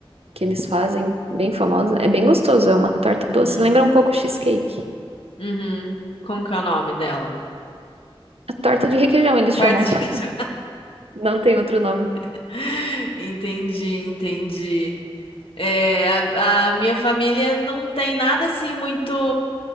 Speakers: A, on the right; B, on the left.
A: que eles fazem, bem famosa. É bem gostoso, é uma torta doce.
B: Hum.
A: Lembra um pouco cheesecake.
B: Uhum. Como que é o nome dela?
A: A torta de requeijão, eles
B: Torta
A: chamam.
B: de
A: <laughs>
B: queijo.
A: Não tem outro nome.
B: <laughs> Entendi, entendi. É, a, a minha família não tem nada assim muito